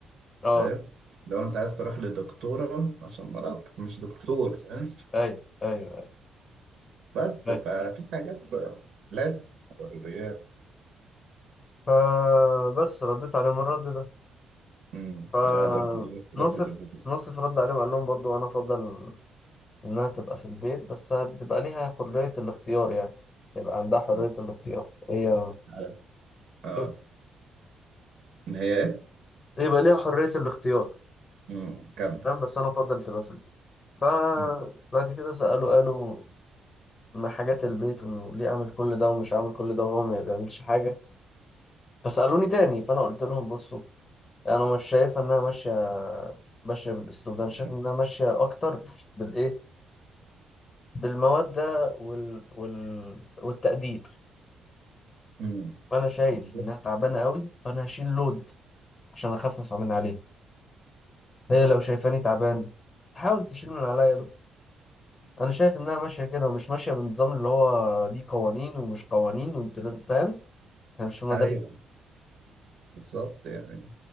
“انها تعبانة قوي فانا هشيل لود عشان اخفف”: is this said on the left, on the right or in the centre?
Left